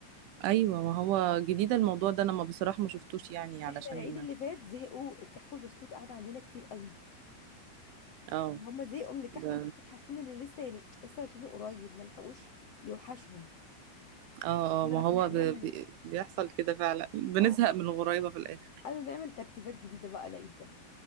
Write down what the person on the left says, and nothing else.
احنا العيد اللي فات زهقوا الكحك والبسكوت قعد عندنا كتير قوي
هم زهقوا من الكحك
والبسكوت حاسين ان لسه يعني لسه واكلينه قريب ما لحقوش يوحشهم
احنا
لك
نعمل
اه
قالوا نعمل ترتيبات جديدة بقى العيد ده